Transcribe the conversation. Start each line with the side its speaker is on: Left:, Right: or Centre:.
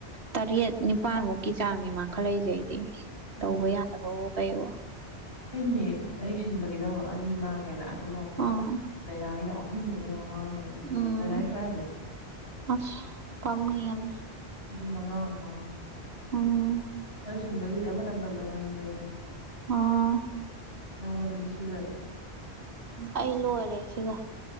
Right: ꯇꯔꯦꯠ ꯅꯤꯄꯥꯜꯃꯨꯛꯀꯤ ꯆꯥꯡꯅꯤ ꯃꯥꯡꯈꯠꯂꯛꯏꯁꯩ
Left: ꯎꯝ
Right: ꯇꯧꯕ ꯌꯥꯗꯕꯋ ꯀꯩꯋꯣ
Left: ꯑꯩꯁꯨꯅꯦ ꯑꯩ ꯁꯤꯟꯕꯒꯤꯗ ꯑꯅꯤ ꯃꯥꯡꯉꯦꯅ ꯑꯗꯨꯒ ꯑꯃꯨꯛ
Right: ꯑꯥ
Left: ꯗꯥꯏꯅꯥꯒꯤꯗ ꯑꯍꯨꯝꯃꯨꯛꯅꯦ
Right: ꯎꯝ
Left: ꯇꯔꯏꯁꯨꯋꯥꯔ
Right: ꯑꯁ ꯄꯥꯝꯃꯨꯏ ꯌꯥꯝꯅ
Left: ꯑꯗꯨꯏ ꯃꯉꯥ ꯑꯃꯨꯉꯥꯏ
Right: ꯑꯣꯝ
Left: ꯇꯧꯁꯤꯟꯕꯒꯤꯗꯨꯗꯤ ꯑꯃꯇꯪ ꯇꯧꯗꯧ ꯉꯥꯏꯔꯤꯕ ꯑꯩꯗꯣ
Right: ꯑꯣ
Left: ꯅꯪꯣꯟꯅꯗꯤꯁꯤꯒ
Right: ꯑꯩ ꯂꯣꯏꯔꯦ ꯁꯤꯒ